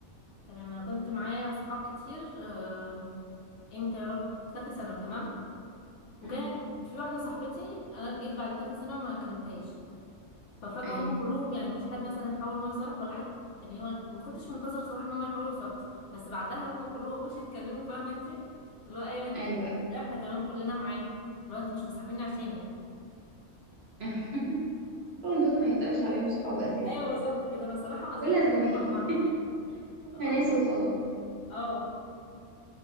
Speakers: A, on the left; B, on the right.
A: تمام انا كنت معايا صحاب كتير آه، امتى يا ربي في ثالثه ثانوي تمام وكانت
B: امم
A: في واحده صاحبتي انا جيت بعد ثالثه ثانوي ما كلمتهاش ففجأة
B: ايوه
A: هم كلهم يعني مفيش حد مثلا حاول ان هو يصرح ولا حتى يعني هو ما كنتش منتظر صراحة ان هم يحاولوا يصرحوا بس بعدها هم كلهم ما بقوش يتكلموا فاهمة انت اللي هو ايوه انت
B: ايوه
A: كنت-
B: ايوه
A: لا احنا كمان كلنا معاه اللي هو انتوا مش مصاحبيني عشان يعني
B: <laughs> طبعا دول ما يتقالش عليهم صحاب اساسا
A: ايوه بالظبط كده انا صراحة ما زعلت
B: ولا زمايل
A: ولا مرة
B: <laughs> هم ناس
A: هم
B: وخلاص
A: اه